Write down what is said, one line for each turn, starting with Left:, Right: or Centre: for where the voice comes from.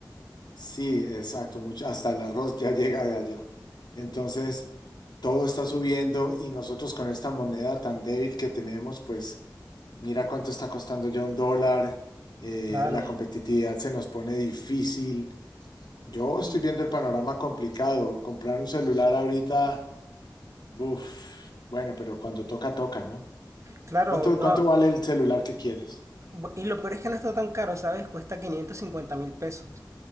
Left: Sí, exacto, mucho, hasta el arroz ya llega de allá. Entonces, todo está subiendo y nosotros con esta moneda tan débil que tenemos, pues mira cuánto está costando ya un dólar, eh,
Right: Claro.
Left: la competitividad se nos pone difícil. Yo estoy
Right: Y,
Left: viendo el panorama complicado. Comprar un celular ahorita, uff, bueno, pero cuando toca, toca, ¿no?
Right: claro,
Left: ¿Cuánto,
Right: no.
Left: cuánto vale el celular que quieres?
Right: bu- Y lo peor es que no está tan caro, ¿sabes? Cuesta quinientos cincuenta mil pesos.